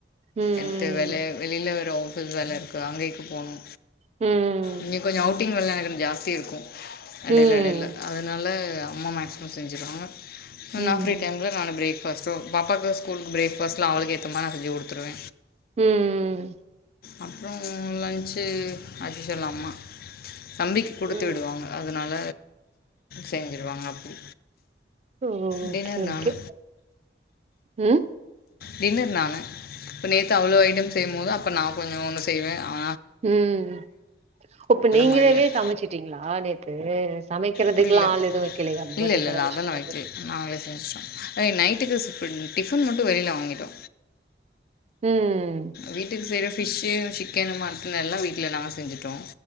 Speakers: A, on the right; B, on the left.
A: ம்
B: அத்து வெள வெளியில வேற ஆஃபிஸ் வேல இருக்கு அங்கைக்கு போணு
A: ம்
B: இன்னக் கொஞ்ச அவுட் ட்டிங் வேள எனக்கு ஜாஸ்தி இருக்கு
A: ம்
B: எடைல எடைல அதுனால அம்மா மேக்சிமம் செஞ்சிருவாங்க
A: ம்
B: நா ஃப்ரீ டைம்ல் நா பிரேக்ஃபாஸ்டு பாப்பாக்கு ஸ்கூலு பிரேக்ஃபாஸ்லா அவ்ளுக்கு ஏத்தமாரி அறிஞ்ஜி குடுத்துருவ
A: ம்
B: அப்புரோ லன்ச்சு ஆஸ்விஸ்வல் அம்மா தம்பிக்கி குடுத்து
A: ம்
B: விடுவாங்க அதனால செஞ்சிருவாங்க அப்டி
A: ஓகே
B: டின்னர்
A: ஓகே
B: நானு
A: ம்
B: டின்னர் நானு அப்ப நேத்து அவ்ளோ ஐட்டம் செய்யும்போது அப்ப நா கொஞ்ச ஒன்னு செய்வ ஆ
A: ம் ஒப் நீங்களாவே
B: மாதிரி அப்~
A: சமச்சிட்டீங்ளா நேத்து சமைக்கறதுக்குல்லா
B: புரியல
A: ஆள் எதுவு வக்கலயா
B: இல்லை
A: படே
B: இல்லை
A: செலப்ரேஷன்
B: இல்லை அதெல்லாம்
A: பண்றதுக்
B: வைக்கல நாங்களே செஞ்சிடோ அ நைட்டுக்கு டிஃபன் மட்டும் வெளில வாங்கிடோ
A: ம்
B: வீட்டுக்கு செய்யற ஃபிஷ் சிக்கனு மட்டன் எல்லா வீட்ல நா செஞ்சிடோ